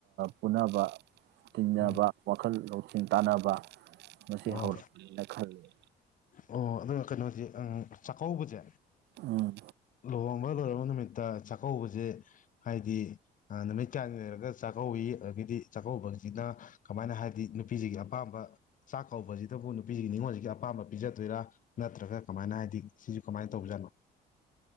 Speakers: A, on the right; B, on the left.
A: ꯄꯨꯅꯕ ꯇꯤꯅꯕ
B: ꯎꯝ
A: ꯋꯥꯈꯜ ꯂꯧꯊ ꯆꯤꯟ ꯇꯥꯟꯅꯕ ꯃꯁꯤ
B: ꯑꯣ
A: ꯍꯧꯔꯛꯄꯅꯤꯅ ꯈꯜꯂꯤ
B: ꯑꯣ ꯑꯗꯨꯒ ꯀꯩꯅꯣꯁꯦ ꯆꯥꯛꯀꯧꯕꯁꯦ
A: ꯎꯝ
B: ꯂꯍꯣꯡꯕ ꯂꯔ ꯆꯥꯛꯀꯧꯕꯁꯦ ꯍꯥꯏꯗꯤ ꯅꯨꯃꯤꯠ ꯀꯌꯥꯅꯤ ꯂꯩꯔꯒ ꯆꯥꯛꯀꯧꯋꯤ ꯑꯗꯒꯤꯗꯤ ꯆꯥꯛꯀꯧꯕꯁꯤꯅ ꯀꯃꯥꯏꯅ ꯍꯥꯏꯗꯤ ꯅꯨꯄꯤꯁꯤꯒꯤ ꯑꯄꯥꯝꯕ ꯆꯥꯛ ꯀꯧꯕꯁꯤꯗꯕꯨ ꯅꯨꯄꯤꯁꯤꯒꯤ ꯅꯤꯉꯣꯜꯁꯤꯒꯤ ꯑꯄꯥꯝꯕ ꯄꯤꯖꯗꯣꯏꯔꯥ ꯅꯠꯇ꯭ꯔꯒ ꯀꯃꯥꯏꯅ ꯍꯥꯏꯗꯤ ꯁꯤꯁꯨ ꯀꯃꯥꯏꯅ ꯇꯧꯕꯖꯥꯠꯅꯣ